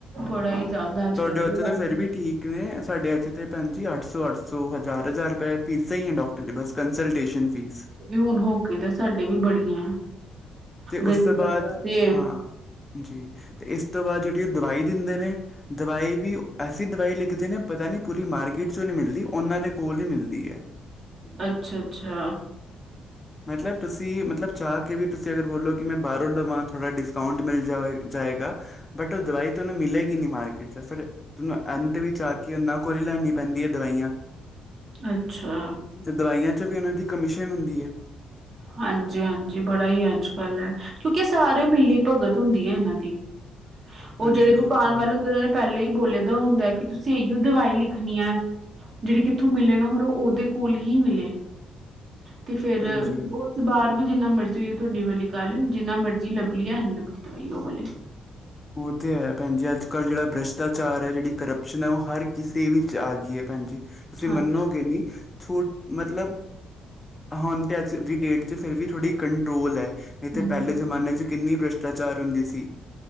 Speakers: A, on the right; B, on the left.
A: ਬੜਾ ਹੀ ਜ਼ਿਆਦਾ ਅੱਜ
B: ਤੁਆਡੇ
A: ਕੱਲ
B: ਓਥੇ
A: ਤੇ
B: ਤਾਂ ਫਿਰ ਵੀ ਠੀਕ- ਕਿਵੇਂ ਸਾਡੇ ਏਥੇ ਤੇ ਭੈਣ ਜੀ ਅੱਠ ਸੌ -ਅੱਠ ਸੌ, ਹਜ਼ਾਰ -ਹਜ਼ਾਰ ਰੁਪਏ ਫੀਸਾਂ ਈ ਏ ਡਾਕਟਰ ਦੀ ਬਸ। Consultation fee.
A: ਵੀ ਹੁਣ ਹੋਕੇ ਤੇ ਸਾਡੇ ਵੀ ਬੜੀਆਂ
B: ਤੇ
A: ਗ਼ਰੀਬ
B: ਉਸ ਤੋਂ ਬਾਦ-
A: ਬੰਦਾ ਤੇ
B: ਹਾਂ -ਜੀ ਤੇ ਇਸ ਤੋਂ ਬਾਦ ਜੇੜੀ ਉਹ ਦਵਾਈ ਦਿੰਦੇ ਨੇ। ਦਵਾਈ ਵੀ ਐਸੀ ਦਵਾਈ ਲਿਖਦੇ ਨੇ ਪਤਾ ਨੀ ਪੂਰੀ ਮਾਰਕੀਟ 'ਚੋਂ ਨੀ ਮਿਲਦੀ। ਓਨਾਂ ਦੇ ਕੋਲ ਈ ਮਿਲਦੀ ਐ।
A: ਅੱਛਾ- ਅੱਛਾ- ਅੱਛਾ
B: ਮਤਲਬ ਤੁਸੀਂ ਮਤਲਬ ਚਾਹ ਕੇ ਵੀ ਤੁਸੀਂ ਅਗਰ ਬੋਲੋ ਕੀ ਮੈਂ ਬਾਰੋਂ ਲਵਾਂ, ਥੋੜ੍ਹਾ ਡਿਸਕਾਊਂਟ ਮਿਲ ਜਾਵੇ ਜਾਏਗਾ। ਬਟ ਓ ਦਵਾਈ ਤੁਹਾਨੂੰ ਮਿਲੇਗੀ ਨੀ ਮਾਰਕੀਟ 'ਚ। ਫਿਰ- ਤਾਨੂੰ ਅੰਤ ਵਿਚ ਆ ਕੇ ਓਹਨਾਂ ਕੋਲ ਈ ਲੈਣੀ ਪੈਂਦੀਆਂ ਦਵਾਈਆਂ।
A: ਅੱਛਾ
B: ਤੇ ਦਵਾਈਆਂ 'ਚ ਵੀ ਓਨਾਂ ਦੀ ਕਮਿਸ਼ਨ ਹੁੰਦੀ ਹੈ।
A: ਹਾਂਜੀ ਹਾਂਜੀ ਬੜਾ ਈ ਅੱਜ ਕੱਲ ਐ। ਕਿਉਂਕਿ ਸਾਰੇ ਮਿਲੀ ਭਗਤ ਹੁੰਦੀ ਐ ਏਨਾਂ ਦੀ। ਓ
B: ਹਾਂਜੀ
A: ਜਿਹੜੇ
B: ਉਹ
A: ਦੁਕਾਨ
B: ਤੇ ਹੈ
A: ਵਾਲੇ ਹੁੰਦੇ ਨੇ। ਪੈਲੇ ਈ ਬੋਲੇ ਦਾ ਹੁੰਦਾ ਕੀ ਤੁਸੀਂ ਇਹੀਓ ਦਵਾਈ ਲਿਖਣੀ ਆ। ਜੇੜੀ ਕਿੱਥੋਂ ਮਿਲੇ ਨਾ, ਹੋਰ ਓ ਓਦੇ ਕੋਲ ਹੀ ਮਿਲੇ, ਤੇ ਫੇਰ-
B: ਹਾਂਜੀ ਉਹ ਤੇ
A: ਪਰ ਵੀ ਜਿੰਨਾ ਮਰਜ਼ੀ ਹੋਏ ਥੋਡੀ ਵਲੀ ਗੱਲ, ਜਿੰਨਾ ਮਰਜ਼ੀ ਲੱਭ ਲੀਏ ਹੈ ਨੀ ਲੱਭਦੀ ਦਵਾਈ ਓ ਵਲੀ।
B: ਓ ਤੇ ਹੈ ਭੈਣਜੀ, ਅੱਜ ਕੱਲ੍ਹ ਜੇੜਾ ਬ੍ਰੈਸ਼- ਭ੍ਰਾਚਾਰ ਐ, ਜੇੜੀ ਕਰਪਸ਼ਨ ਐ, ਓ ਹਰ ਕਿਸੇ ਵਿੱਚ ਆ ਗਈ ਏ ਭੈਣ ਜੀ, ਤੁਸੀਂ
A: ਹਾਂਜੀ
B: ਮੰਨੋਗੇ ਨੀ- ਥੋਡ, ਮਤਲਬ- ਹੁਣ ਤੇ ਅੱਜ ਦੀ ਡੇਟ 'ਚ ਫਿਰ ਵੀ ਥੋੜ੍ਹੀ ਕੰਟਰੋਲ ਐ, ਨਈ
A: ਹੂੰ
B: ਤੇ ਪੈਲੇ ਜ਼ਮਾਨੇ 'ਚ ਕਿੰਨੀ ਭ੍ਰਸ਼ਟਾਚਾਰ ਹੁੰਦੀ ਸੀ।